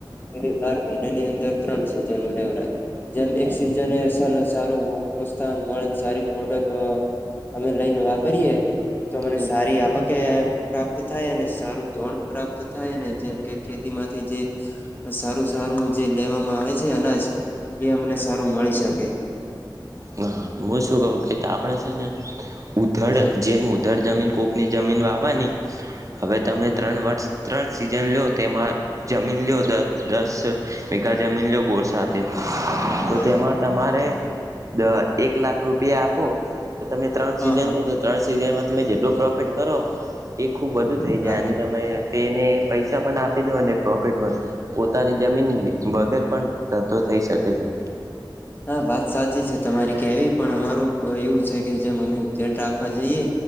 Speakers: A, on the left; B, on the right.
A: એવી બાર મહિને ની અંદર ત્રણ છે જનું લેવરા. જેમ એક
B: હા
A: સિઝન એસ સારૂ <unintelligible> મળે સારી પ્રોડક્ટ, અમે લઈને વાપરીએે. તો મને
B: હમ
A: સારી આવ કે પ્રાપ્ત થાય અને સારું ધણ પ્રાપ્ત થાય અને જેમ કે ખેતી માંથી જે સારું સારું જે લેવામાં આવે છે. છે અનાજ. એ અમને સારું મળી શકે.
B: હા હું શું કહું કે આપડે છે ને ઉધળ
A: હા
B: જે મુદ્ દર જમીન કોકની જમીન વાવાની, હવે
A: હા
B: તમે ત્રણ વર્ષ ત્રણ સીઝન લો તેમાં જમીન લો લો દસ મીગા જમીન લો બોર સાથે તો
A: હા
B: જેમાં તમારે દ એક લાખ રૂપિયા આપો. તો તમે ત્રણ
A: હા
B: સીઝન
A: હા હા
B: લો તો ત્રણ સીઝનમાં તમે જેટલો પ્રો પેટ કરો, એ ખૂબ વધુ થઈ
A: હા.
B: જાય અને તમે તેને પૈસા પણ આપી દો અને પ્રોફિટ પણ, પોતાની જમીન વગર પણ ધંધો થઈ શકે છે.
A: હા વાત સાચી છે તમારી કેવી પડે અમારું એવું છે કે જે મમ્મી તેડ રાખવા જઈએ.